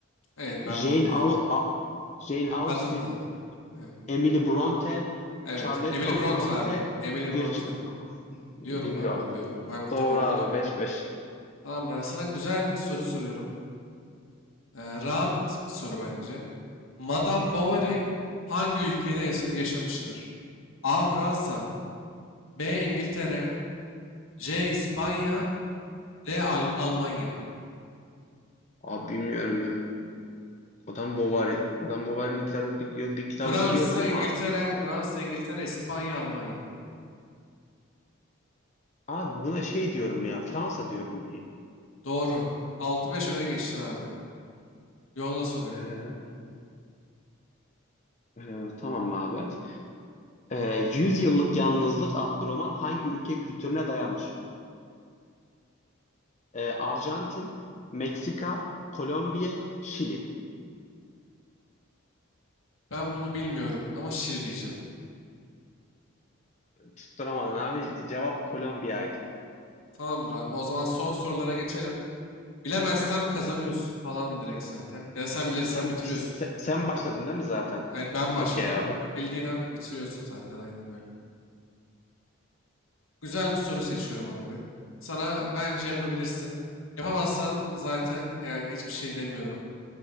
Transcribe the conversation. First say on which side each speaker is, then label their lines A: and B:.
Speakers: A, on the left (about 85°); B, on the left (about 35°).
A: Evet ben
B: Jane,
A: bunu biliyorum.
B: Au- A- Jane Austen,
A: Kadın da. Evet.
B: Emily Bronte,
A: Evet.
B: Charlotte
A: Emily Bronte
B: Bronte,
A: abi. Emily
B: Virgi...
A: Bronte.
B: Bingo.
A: Biliyorum ben bunu biliyorum. Ben bu kitabı
B: Doğru
A: okudum.
B: abi beş beş.
A: Tamam Ray, sana güzel bir soru soruyorum. Ee, rahat bir soru bence. Madame
B: Hı
A: Bovary
B: hı.
A: hangi ülkede yaşa- yaşamıştır? A. Fransa B. İngiltere C. İspanya D. Al- Almanya
B: Abi bilmiyorum ya. Madame Bovary. Madame Bovary'nin kitabını biliyor, bir kitabı
A: Fransa,
B: biliyorum ama
A: İngiltere, Fransa, İngiltere, İspanya, Almanya.
B: abi buna şey diyorum ya. Fransa diyorum ben.
A: Doğru. Altı beş öne geçtin abi. Yolla soruyu.
B: Ee, e, tamam abi. Ee, 100 Yıllık Yalnızlık adlı roman hangi ülke kültürüne dayanır? Ee, Arjantin, Meksika, Kolombiya, Şili.
A: Ben bunu bilmiyorum ama şil diyeceğim.
B: Tutturamadın abi. Cevap Kolombiya'ydı.
A: Tamamdır abi. O zaman son sorulara geçelim. Bilemezsem kazanıyorsun falan direkt zaten. Ya da sen
B: S-
A: bilirsen
B: Sen,
A: bitiriyorsun.
B: baş- se- sen başladın değil mi zaten?
A: Evet ben başladım.
B: Okey abi.
A: Ya Bildiğin an bitiriyorsun zaten aynen öyle. Güzel bir soru seçiyorum abi. Sana bence yapabilirsin. Yapamazsan zaten yani hiçbir şey demiyorum.